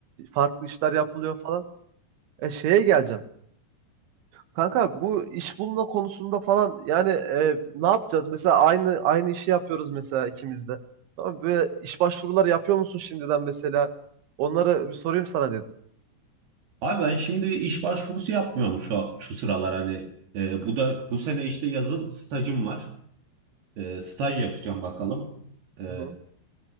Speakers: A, on the right; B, on the right.
A: farklı işler yapılıyor falan. E şeye geleceğim. Kanka bu iş bulma konusunda falan yani e, ne yapacağız? Mesela aynı aynı işi yapıyoruz mesela ikimiz de. Tamam mı? böyle iş başvuruları yapıyor musun şimdiden mesela? Onları bir sorayım sana dedim.
B: Abi ben şimdi iş başvurusu yapmıyorum şu şu sıralar hani e, bu da bu sene işte yazın stajım var. E, staj yapacağım bakalım. E,
A: Hı hı.